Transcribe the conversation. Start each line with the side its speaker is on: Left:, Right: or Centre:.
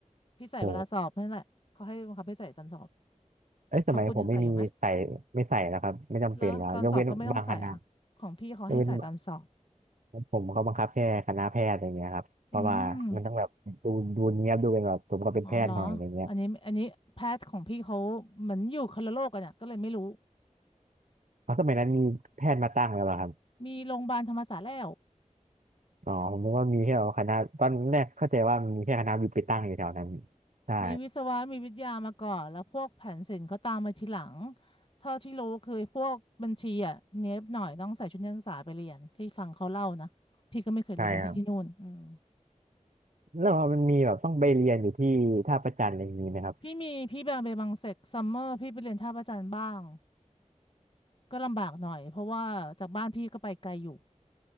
Left: พี่ใส่เวลาสอบนั่นแหละเขาให้บังคับให้ใส่ตอนสอบ
Right: โหเอ้ยสมัยผมไม่มีใส่ไม่ใส่แล้วครับไม่จำเป็นแล้วยกเว้นบางคณะ
Left: ของคุณยังใส่อยู่ไหมแล้วตอนสอบก็ไม่ต้องใส่อ่ะของพี่เขาให้ใส่ตอนสอบ
Right: ยกเว้น ผมเขาบังคับแค่คณะแพทย์อะไรเงี้ยครับเพราะว่ามันต้องแบบดูดูเนียบดูเป็นแบบสมกับเป็นแพทย์หน่อยอะไรเงี้ย
Left: อืมอ๋อเหรออันนี้อันนี้แพทย์ของพี่เขาเหมือนอยู่คนละโลกกันอ่ะก็เลยไม่รู้
Right: เพราะสมัยนั้นมีแพทย์มาตั้งแล้วเหรอครับ
Left: มีโรงพยาบาลธรรมศาสตร์แล้ว
Right: อ๋อผมนึกว่ามีแค่คณะตอนแรกเข้าใจว่ามีแค่คณะวิทย์ไปตั้งอยู่แถวนั้นใช่
Left: มีวิศวะมีวิทยามาก่อนแล้วพวกแผนศิลป์เขาตามมาทีหลังเท่าที่รู้คือพวกบัญชีอ่ะเนี้ยบหน่อยต้องใส่ชุดนักศึกษาไปเรียนที่ฟังเขาเล่านะพี่ก็ไม่เคยเรียนบัญชีที่นู่นอืม
Right: ใช่ครับแล้วพอมันมีแบบต้องไปเรียนอยู่ที่ท่าประจันอะไรอย่างนี้ไหมครับ
Left: พี่มีพี่บางเบบังเซกซัมเมอร์พี่ไปเรียนท่าพระจันทร์บ้างก็ลำบากหน่อยเพราะว่าจากบ้านพี่ก็ไปไกลอยู่